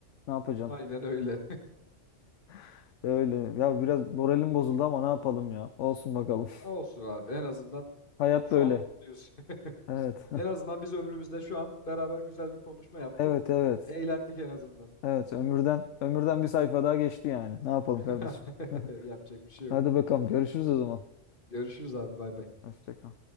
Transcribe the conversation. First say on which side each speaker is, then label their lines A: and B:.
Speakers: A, on the left; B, on the left.
A: Ne yapacaksın?
B: Aynen öyle.
A: <laughs> Öyle. Ya biraz moralim bozuldu ama ne yapalım ya. Olsun bakalım.
B: <laughs>
A: <laughs>
B: Olsun abi en azından
A: Hayat
B: şu
A: böyle.
B: an mutluyuz. <laughs>
A: Evet. <laughs>
B: En azından biz ömrümüzde şu an beraber güzel bir konuşma yaptık.
A: Evet evet.
B: Eğlendik en azından.
A: Evet ömürden ömürden bir sayfa daha geçti yani. Ne yapalım
B: <laughs>
A: kardeşim? <laughs>
B: Yapacak bir şey yok.
A: Hadi bakalım görüşürüz o zaman.
B: Görüşürüz abi bay bay.
A: Hoşça kal.